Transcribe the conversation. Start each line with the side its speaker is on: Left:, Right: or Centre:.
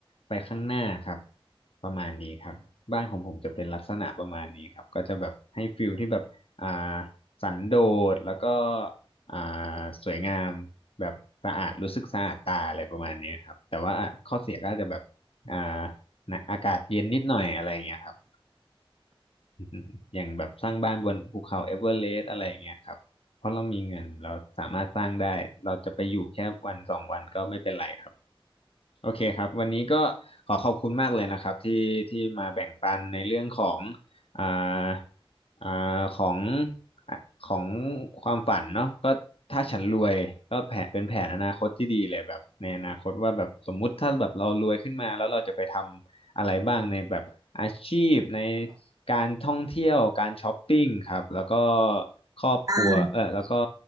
Left: ไปข้างหน้าครับประมาณนี้ครับบ้านของผมจะเป็นลักษณะประมาณนี้ครับก็จะแบบให้ฟิลที่แบบอ่าสันโดษแล้วก็อ่าสวยงามแบบสะอาดรู้สึกสะอาดตาอะไรประมาณนี้ครับแต่ว่าข้อเสียก็อาจจะแบบ อ่านะอากาศเย็นนิดหน่อยอะไรอย่างเงี้ยครับ <laughs> อย่างแบบสร้างบ้านบนภูเขาเอเวอเรสต์อะไรอย่างเงี้ยครับเพราะเรามีเงินเราสามารถสร้างได้ เราจะไปอยู่แค่วันสองวันก็ไม่เป็นไรครับโอเคครับวันนี้ก็ขอขอบคุณมากเลยนะครับที่ที่มาแบ่งปันในเรื่องของอ่าอ่าของอ่ะของความฝันเนาะก็ถ้าฉันรวยก็แผนเป็นแผนอนาคตที่ดีเลยแบบในอนาคตว่าแบบสมมุติถ้าแบบเรารวยขึ้นมาแล้วเราจะไปทำ อะไรบ้างในแบบอาชีพในการท่องเที่ยวการช้อปปิ้งครับแล้วก็ครอบครัวเออแล้วก็
Right: อ่า